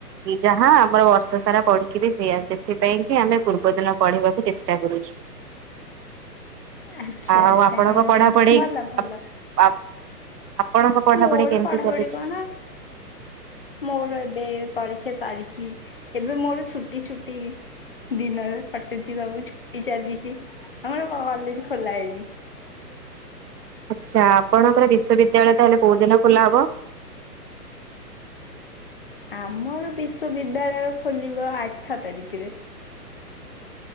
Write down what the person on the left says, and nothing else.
ଆଚ୍ଛା
ଆଚ୍ଛା
ହଁ
ହଁ ଭଲ ଭଲ
ମୋର
ପଢାପଢି
କଣ ମୋର ଏବେ ପରୀକ୍ଷା ସାରିକି ଏବେ ମୋର ଛୁଟି ଛୁଟି ଦିନରେ କଟୁଛି ସବୁ ଛୁଟି ଚାଲିଛି। ଆମର କଲେଜ ଖୋଲା ହେଇନି।
ଆମର ବିଶ୍ବବିଦ୍ୟାଳୟ ଖୋଲିବ ଆଠ ତାରିଖରେ।